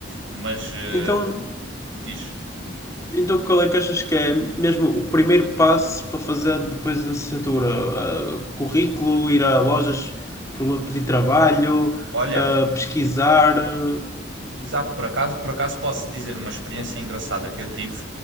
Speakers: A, on the right; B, on the left.
A: Mas eh,
B: Então,
A: diz,
B: então qual é que achas que é mesmo o primeiro passo para fazer depois da licenciatura? Ah, currículo, ir a lojas pro- pedir trabalho,
A: olha.
B: ah, pesquisar. ah,
A: Exato, por acaso, por acaso posso dizer uma experiência engraçada que eu tive,